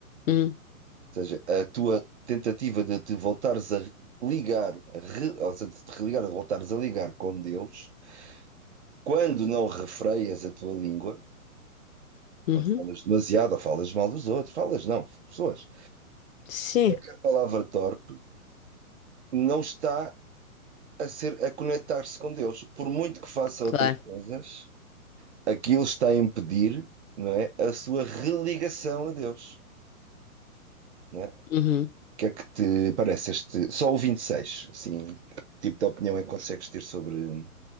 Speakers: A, on the left (about 65°); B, on the right (about 50°).
A: Uhum.
B: seja, a tua tentativa de te voltares a ligar, a re- ou seja, de te religar, de voltares a ligar com Deus, quando não refreias a tua língua,
A: Uhum.
B: quando falas demasiado ou falas mal dos outros, falas não, pessoas.
A: Sim,
B: Qualquer palavra torpe não está a ser, a conectar-se com Deus. Por muito que faça
A: claro.
B: outras coisas, aquilo está a impedir, não é, a sua religação a Deus, não é? O
A: Uhum.
B: que é que te parece este, só o 26, assim, que tipo de opinião é que consegues ter sobre,